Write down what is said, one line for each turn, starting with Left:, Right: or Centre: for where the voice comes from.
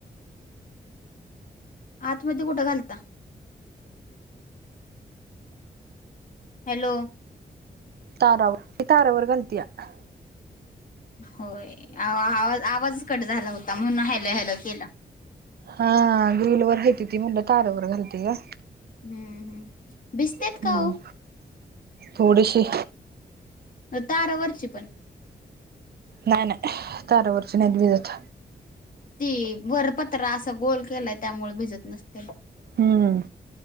Left: आतमध्ये कुठं घालता. हॅलो,
Right: तारावर मी तारावर घालतीया आता.
Left: होय आवा आवाज कट झाला होता म्हणून हॅल हॅल, केलं.
Right: हा, गिल व हयती ती म्हणलं तारावर घालते का.
Left: हम्म हम्म, भिजतेत
Right: हम्म
Left: का हो?
Right: थोडीशी.
Left: ह, तारावरची पण
Right: नाही नाही तरवरची नायत भिजत.
Left: ती वरपत्र असा गोल केलाय त्यामुळे भिजत नसत्याल.
Right: हम्म,